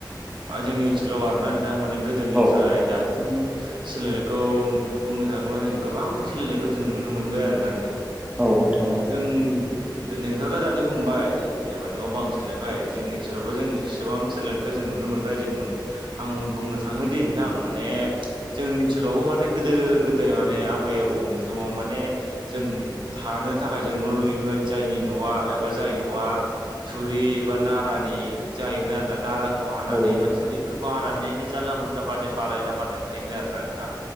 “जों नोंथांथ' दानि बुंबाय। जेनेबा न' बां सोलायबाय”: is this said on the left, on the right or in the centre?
Right